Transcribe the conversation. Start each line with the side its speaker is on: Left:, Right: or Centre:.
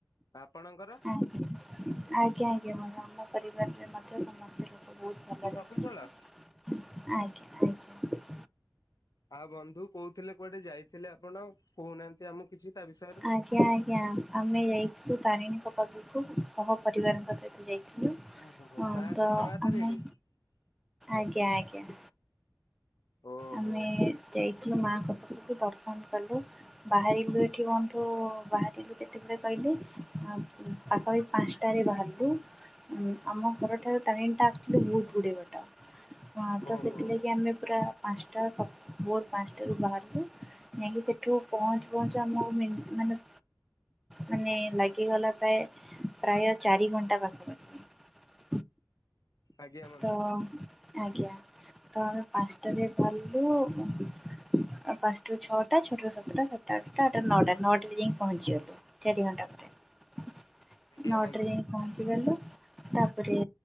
Left: ଆପଣଙ୍କର?
Centre: ଆଜ୍ଞା ଆଜ୍ଞା ଆଜ୍ଞା ମୋ ଆମ ପରିବାରରେ ମଧ୍ୟ ସମସ୍ତଙ୍କର ବହୁତ
Left: ସବୁ
Centre: ଭଲରେ
Left: ଶକୁଶଳ?
Centre: ଅଛି ଆଜ୍ଞା ଆଜ୍ଞା। <inaudible>
Left: ଆଉ ବନ୍ଧୁ କହୁଥିଲେ କୁଆଡେ ଯାଇଥିଲେ ଆପଣ କହୁନାହାଁନ୍ତି ଆମକୁ କିଛି। ତା ବିଷୟରେ?
Centre: ଆଜ୍ଞା ଆଜ୍ଞା ଆମେ ଯାଇଛୁ ତାରିଣୀଙ୍କ ପାଖକୁ ସହ ପରିବାରଙ୍କ ସହିତ ଯାଇ
Left: ଓହୋ
Centre: ହଁ
Left: ମା ଘଟଗାଁ
Centre: ତ
Left: ତାରିଣୀ
Centre: ଆମେ ଆଜ୍ଞା ଆଜ୍ଞା।
Left: ଓହୋ
Centre: ଆମେ ଯାଇ ଥିଲୁ ମାଙ୍କ ପାଖକୁ ଦର୍ଶନ କଲୁ ବାହାରିଲୁ ଏଠି କହନ୍ତୁ ବାହାରିଲୁ କେତେବେଳେ କହିଲେ ପାଖାପାଖି ପାଞ୍ଚଟାରେ ବାହାରିଲୁ ଆମ ଘରଠାରୁ ତାରିଣୀ ଟା ଆକ୍ଚୁଆଲି ବହୁତ ଗୁଡିଏ ବାଟ। ହଁ ତ
Left: ଓହୋ
Centre: ସେଥିଲାଗି ଆମେ ପୁରା ପାଞ୍ଚଟା ଭୋର ପାଞ୍ଚଟାରୁ ବାହାରିଲୁ ଯାଇକି ସେଠୁ ପହଞ୍ଚୁ ପହଞ୍ଚୁ ଆମକୁ ମାନେ ମାନେ ଲାଗିଗଲା ପ୍ରାୟ ପ୍ରାୟ ଚାରି ଘଣ୍ଟା ପାଖାପାଖି
Left: ଆଜ୍ଞା ବନ୍ଧୁ।
Centre: ତ ଆଜ୍ଞା ତ ଆମେ ପାଞ୍ଚଟାରେ ଗଲୁ ପାଞ୍ଚଟାରୁ ଛଅଟା ଛଅଟାରୁ ସାତଟା ସାତଟା ଆଠଟା ଆଠଟାରୁ ନଅଟା ନଅଟାରେ ଯାଇକି ପହଞ୍ଚିଗଲୁ ଚାରି ଘଣ୍ଟା ପରେ
Left: ଆଜ୍ଞା
Centre: ନଅଟାରେ
Left: ବନ୍ଧୁ
Centre: ଯାଇ ପହଞ୍ଚିଗଲୁ ତାପରେ